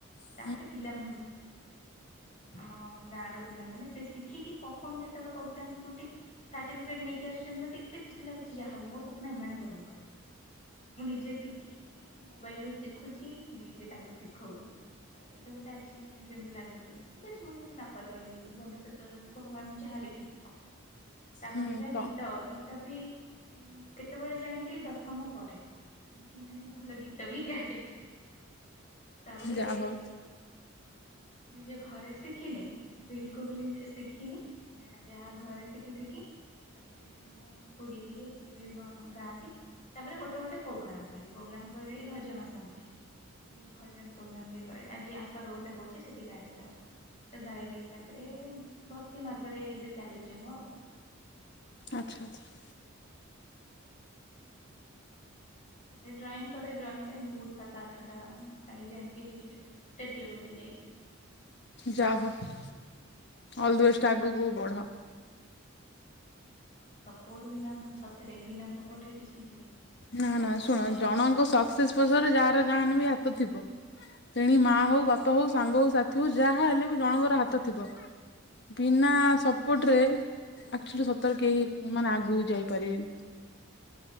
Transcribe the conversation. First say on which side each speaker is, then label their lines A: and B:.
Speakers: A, on the left; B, on the left.
A: ହଁ
B: ତାପରେ ପିଲାମାନଙ୍କୁ ଶିଖେଇଲି। ଏମିତି ଆମ ଗାଁ ର ପିଲାମାନେ ସେ ଶିଖିକି ପର୍ଫମ୍ ଯେତେବେଳେ କରୁଛନ୍ତି ଯୋଉଠି ଟାଟେଜେ। ନେଇକି ଆସୁଛନ୍ତି ମତେ ଏତେ ଖୁସି ଲାଗୁଛି ଯାହା ହଉ ମୋ ସ୍ୱପ୍ନ ଏମାନେ ପୂରଣ କରୁଛନ୍ତି। ମୁଁ ନିଜେ ଶିଖିଲି ମୋବାଇଲ ରୁ ଶିଖୁଛି ନିଜେ ତାଙ୍କୁ ଶିଖଉଛି। ତ ଏଇଟା ଗୋଟେ ଆଚିଭମେଣ୍ଟ ଯେମିତି ଲାଗୁଛି ଠିକ ଅଛି ମୁଁ କିଛି ନ କରି ପାରିଲି ଭବିଷ୍ୟତ ଉ ଭଗବାନ ଯାହାହେଲେ। ଲେଖିଥିବେ। ତାପରେ
A: ହୁଁ
B: ହେଲା
A: ତ
B: ଗୀତ ଗୀତ ବି କେତେବେଳେ ଜାଣିଲି ଦଶମ ପରେ। ମୁଁ କେମିତି ମୁଁ ଭଲ ଗୀତ ବି ଗାଏ ତାପରେ।
A: ଯାହା ହଉ।
B: ନିଜ ଘରେ ଶିଖିନି ବିଲକୁଲ ଶିଖିନି ଯାହା ଘରେ ଶିଖି ଶିଖି। ତାପରେ ମୁଁ ଖୁଡୀ ଯିଏ ସିଏ ବି ଗାଆନ୍ତି। ତାପରେ ଗୋଟେ ଗୋଟେ ପ୍ରୋଗ୍ରାମ କଲି ପ୍ରୋଗ୍ରାମ କଇଲେ ଭଜନ ସାନ୍ଧ୍ୟଥିଲା। ଇ ଭଜନ ପ୍ରୋଗ୍ରାମ ରେ ତ ଆଜି ଆସ ର ଗୋଟେ ହଉଛି ସେଠି ଗାଇଦବା। ଗାଇଲି ତାପରେ ଭକ୍ତି ମାର୍ଗରେ ଏବେ ଚାଲୁଛି ମୁଁ ଆଉ।
A: ଆଚ୍ଛା ଆଚ୍ଛା।
B: ଏ ଭଳିଆଉ। ହେଲେ ଡଂ କରେ ଡ୍ରଂ ପାଇଁ ବହୁତ ସାତ ଆଠଟା ପ୍ରାଇଜି ଆଞ୍ଚି ଡିଷ୍ଟି ଲେବୁଲ୍ ଷ୍ଟେଟ୍ ଲେବୁଲ ବି ଯାଇଛି।
A: ଯାହ ହେଉ ଅଲ ଦି ବଷ୍ଟ ଆଗକୁ ବି ବଢ।
B: ହଁ ସପୋର୍ଟ ବିନା ସତରେ ବିନା ସପୋର୍ଟ ରେ କିଛି ହୁଏନି। ମତେ
A: ନା
B: ସପୋର୍ଟର
A: ନା ଶୁଣ ଜଣଙ୍କ ସକ୍ସେସ ପଛରେ ଯାହାର ଯାହେନେ ବି ହାତ ଥିବ। ତେଣି
B: ହଁ
A: ମାଆ ହଉ ବାପା ହଉ ସାଙ୍ଗ ହଉ ସାଥିୀ ହଉ ଯାହା ହେଲେ ବି ଜଣଙ୍କର ହାତ ଥିବ। ବିନା ସପୋଟରେ ଆଚୁଆଲି ସତରେ କେହି ଉ ମାନେ ଆଗକୁ ଯାଇପାରିବେନି